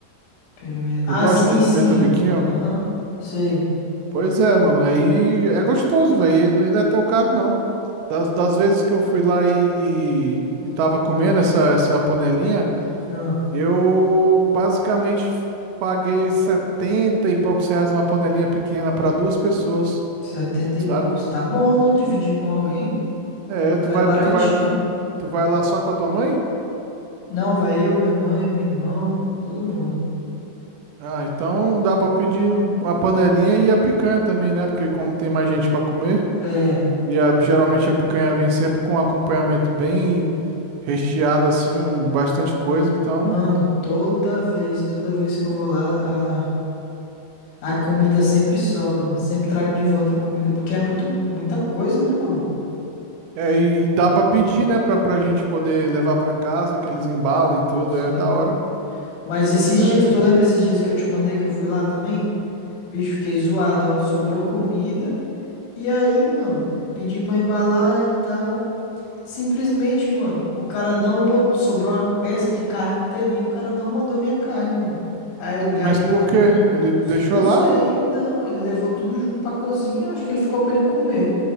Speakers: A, on the left (about 85°); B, on the right (about 80°).
A: Pimenta. Ah,
B: Tu gosta
A: sim,
B: de pimenta
A: sim.
B: biquinho?
A: Aham. Sei.
B: Pois é, mano. Aí é gostoso, velho. E não e não é tão caro, não. Das, das vezes que eu fui lá e, e, e tava comendo essa, essa panelinha,
A: Aham.
B: eu basicamente paguei 70 e poucos reais numa panelinha pequena para duas pessoas.
A: 70
B: Sabe?
A: e poucos. Tá bom, né? Dividir com alguém.
B: É, tu
A: Sai
B: vai,
A: baratinho.
B: tu vai, tu vai lá só com a tua mãe?
A: Não, vai eu, minha mãe, meu irmão, todo mundo.
B: Ah, então dá pra pedir a panelinha e a picanha também, né? Porque como tem mais gente pra comer,
A: É.
B: e a- geralmente a picanha vem sempre com um acompanhamento bem recheado, assim, um, bastante coisa, então.
A: Mano, toda vez, toda vez que eu vou lá, a, a comida sempre sobra, mano. Sempre trago de volta a comida, porque é muito, muita coisa, né, mano?
B: É, e, e dá pra pedir, né? Pra, pra gente poder levar pra casa, que eles embalam e tudo,
A: Sim.
B: é da hora.
A: Mas
B: Pois
A: esses
B: é,
A: dias,
B: velho.
A: tu lembra esses dias que eu te mandei que eu fui lá também? Bicho, fiquei zoado, ó. Sobrou comida. E aí, mano, pedi pra embalar e tal. Simplesmente, mano, o cara não botou, sobrou uma peça de carne inteirinha. O cara não mandou minha carne, mano. Aí, eu,
B: Mas
A: aí,
B: por quê? Ele deixou
A: não
B: lá?
A: sei, não, ele levou tudo junto pra cozinha. Acho que ele ficou pra ele comer.